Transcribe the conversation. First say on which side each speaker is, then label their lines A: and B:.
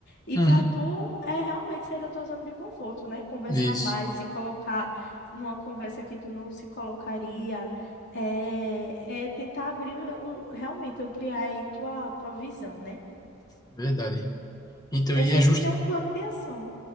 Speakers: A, on the left (about 55°); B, on the left (about 20°).
A: E
B: Uhum.
A: para tu é realmente sair da tua zona de conforto, né? Conversar
B: Isso.
A: mais, se colocar numa conversa que tu não se colocaria. É, é tentar abrir, o- realmente ampliar aí tua, tua visão, né?
B: Verdade. Então,
A: É
B: e
A: sempre
B: é justo
A: ter um plano de ação.